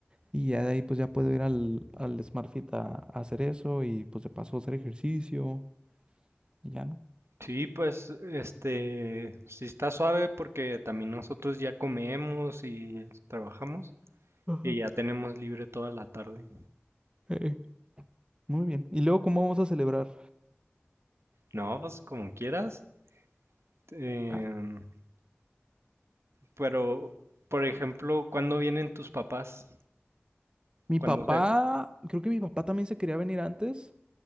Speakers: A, on the right; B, on the right.
A: y ya de ahí pues ya puedo ir al, al Smart Fit a, a hacer eso y pues de paso hacer ejercicio y ya
B: Sí, pues, este, sí está suave porque también nosotros ya comemos y es- trabajamos
A: no.
B: y ya tenemos libre toda la tarde.
A: Eh, eh, muy bien. ¿Y luego cómo vamos a celebrar?
B: No, pues como quieras. Em,
A: Ah,
B: pero, por ejemplo, ¿cuándo vienen tus papás?
A: mi
B: ¿Cuándo
A: papá, creo que mi papá también se quería venir antes.